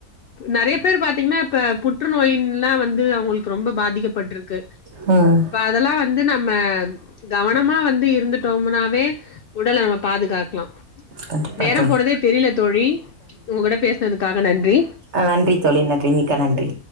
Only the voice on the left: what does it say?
நெறையா பேர் பாத்தீங்கன்னா இப்ப புற்றுநோயின்ல்லா வந்து அவங்களுக்கு ரொம்ப பாதிக்கப்பட்டிருக்கு
அதெல்லா வந்து நம்ம கவனமா வந்து இருந்துட்டோம்னாவே உடல நம்ம பாதுகாக்லா
நேரம்
போனதே தெரியல தோழி உங்ககூட பேசனதுக்காக நன்றி